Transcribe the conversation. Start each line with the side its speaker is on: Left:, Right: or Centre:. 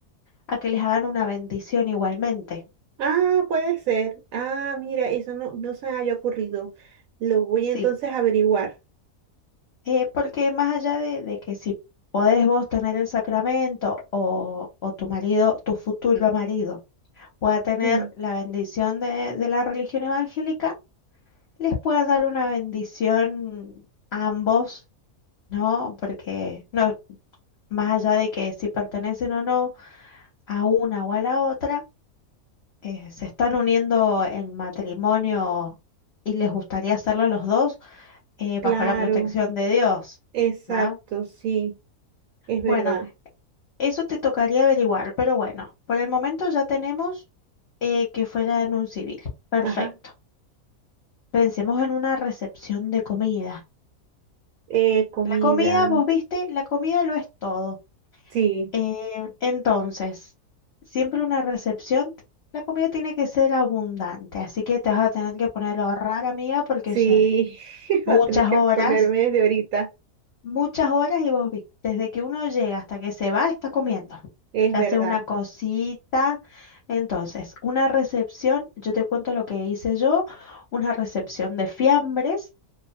Left: a que les hagan una bendición igualmente.
Right: Ah, puede ser. Ah, mira, eso no, no se me había ocurrido. Lo voy
Left: Sí,
Right: entonces a averiguar.
Left: eh, porque más allá de, de que si podés vos tener el sacramento o, o tu marido, tu futuro marido, pueda tener
Right: <laughs> Ujú.
Left: la bendición de, de la religión evangélica, les pueda dar una bendición a ambos, ¿no? Porque no, más allá de que si pertenecen o no a una o a la otra, eh, se están uniendo en matrimonio y les gustaría hacerlo a los dos eh,
Right: Claro,
Left: bajo la protección de Dios,
Right: exacto,
Left: ¿no?
Right: sí, es verdad.
Left: Bueno, eso te tocaría averiguar, pero bueno, por el momento ya tenemos eh, que fuera en un civil. Perfecto.
Right: Ajá.
Left: Pensemos en una recepción de comida.
Right: Eh, comida.
Left: La comida, vos viste, la comida lo es todo.
Right: Sí,
Left: Eh, entonces, siempre una recepción, t- la comida tiene que ser abundante, así que te vas a tener que poner a ahorrar, amiga, porque
Right: sí,
Left: son
Right: <laughs>
Left: muchas
Right: va a tener que
Left: horas
Right: ponerme desde ahorita.
Left: muchas horas y vos viste, desde que uno llega hasta que se va, está comiendo.
Right: Es
Left: Ya
Right: verdad.
Left: sea una cosita. Entonces, una recepción, yo te cuento lo que hice yo, una recepción de fiambres,